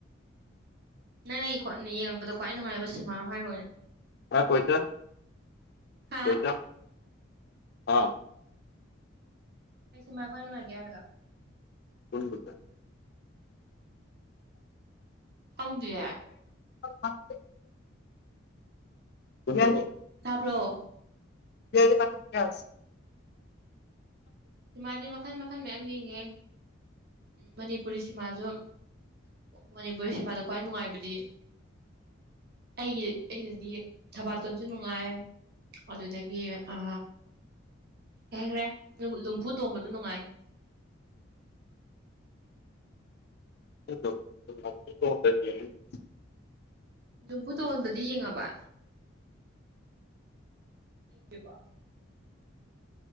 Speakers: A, on the right (about 50°); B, on the left (about 50°).
A: ꯅꯪ ꯅꯪ ꯈꯣꯠꯅ ꯌꯦꯡꯛꯄꯗꯣ ꯈ꯭ꯋꯥꯏ ꯅꯨꯡꯉꯥꯏꯕ ꯁꯨꯃꯥꯡ ꯑꯃ ꯍꯥꯏꯔꯨꯔꯅꯦ
B: ꯑ ꯀꯩꯁꯥ
A: ꯍꯥ
B: ꯄꯩꯁꯥ ꯑꯥ
A: ꯀꯩꯁꯤꯃ ꯈ꯭ꯋꯥꯏ ꯅꯨꯡꯉꯥꯏꯒꯦ ꯍꯥꯏꯔꯒ
B: ꯄꯨꯟꯕꯗ
A: ꯐꯪꯗꯤꯌꯥ
B: ꯦ ꯀ
A: ꯇꯥꯕ꯭ꯔꯣ
B: <inaudible>
A: ꯁꯤꯃꯥꯗꯤ ꯃꯈꯜ ꯃꯈꯜ ꯃꯌꯥꯝ ꯌꯦꯡꯉꯦ ꯃꯅꯤꯄꯨꯔꯤ ꯁꯤꯃꯥꯁꯨ ꯃꯅꯤꯄꯨꯔꯁꯤꯃꯗ ꯈ꯭ꯋꯥꯏ ꯅꯨꯡꯉꯥꯏꯕꯗꯤ ꯑꯩꯒꯤ ꯑꯩꯗꯗꯤ ꯊꯕꯥꯇꯣꯟꯁꯨ ꯅꯨꯡꯉꯥꯏ ꯑꯗꯨꯗꯒꯤ ꯑ ꯀꯩꯈ꯭ꯔꯦ ꯈꯨ ꯇꯣꯝꯕꯗꯨ ꯅꯨꯡꯉꯥꯏ
B: ꯇꯗꯤ
A: ꯅꯝꯐꯨ ꯇꯣꯟꯣꯟꯕꯗꯤ ꯌꯦꯡꯉꯕ ꯍ ꯀ ꯋꯥ